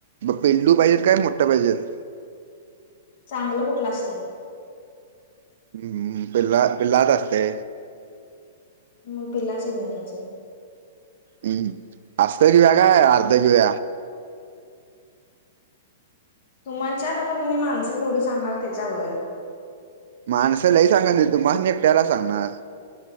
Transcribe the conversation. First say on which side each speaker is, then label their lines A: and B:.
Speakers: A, on the right (about 65°); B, on the left (about 50°).
A: पेंलू पाहिजेत काय मोठ्या पाहिजेत
B: चांगलं कुठलं असते
A: ह् पिल्ला पिल्लात असते
B: मग पिलाच घेऊनयचं
A: हम्म असतरी या का अर्ध कव
B: तुमच्यात आता तुम्ही माणसं केवढी सांगणार त्याच्यावर
A: माणसंलाही सांगा नाही तुम्हा एकट्याला सांगणार